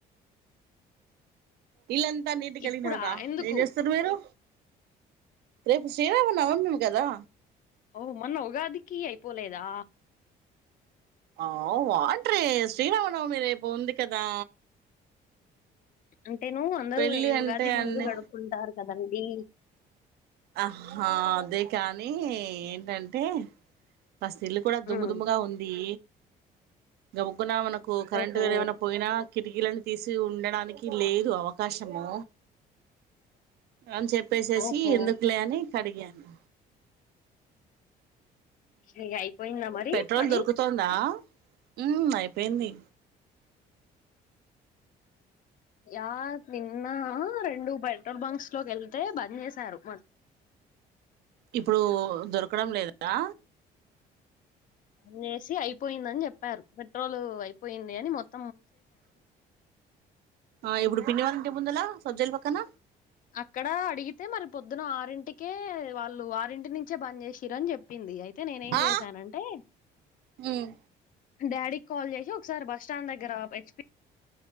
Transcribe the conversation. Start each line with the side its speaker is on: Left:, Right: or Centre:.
Right: ఇల్లంతా నీటుగా కడిగినంరా
Left: ఇప్పుడా ఎందుకు
Right: ఏం చేస్తుర్రు మీరు రేపు శ్రీరామనవమి కదా
Left: ఓ మొన్న ఉగాదికి అయిపోలేదా
Right: ఓ వాట్ రే శ్రీరామనవమి రేపు ఉంది కదా
Left: అంటే నువ్వు అందరూ
Right: పెళ్ళి
Left: ఏ
Right: అంటే
Left: ఉగాది ముందు
Right: అన్ని
Left: కడుక్కుంటారు కదండీ
Right: ఆహా అదే కానీ ఏంటంటే ఫస్ట్ ఇల్లు కూడా దుమ్ము
Left: ఉమ్,
Right: దుమ్ముగా ఉంది గబుక్కున మనకు కరెంట్
Left: ఓహో
Right: గానీ ఏమైనా పోయినా కిటికీలన్నీ తీసి ఉండడానికి లేదు అవకాశము అని చెప్పేసేసి
Left: ఓహో
Right: ఎందుకు అనీ కడిగాను
Left: ఇగ అయిపోయిందా మరి
Right: పెట్రోల్
Left: పని
Right: దొరుకుతుందా హ్మ్ అయిపోయింది
Left: యా నిన్న రెండు పెట్రోల్ బంక్స్ లోకి వెళ్తే బంద్ చేసారు
Right: ఇప్పుడు దొరకడం లేదా
Left: బంద్ చేసి అయిపోయిందని చెప్పారు పెట్రోల్ అయిపోయింది అని మొత్
Right: ఆ ఇప్పుడు పిన్ని వాళ్ళ ఇంటి ముందలా సజ్జల పక్కన
Left: అక్కడ అడిగితే మరి పొద్దున ఆరింటికే వాళ్ళు ఆరింటి నుంచే బంద్ చేసిరని చెప్ ప్పింది అయితే నేనేం
Right: ఆ
Left: చేశానంటే
Right: మ్మ్
Left: డాడీకి కాల్ చేసి ఒకసారి బస్ స్టాండ్ దగ్గర హెచ్పి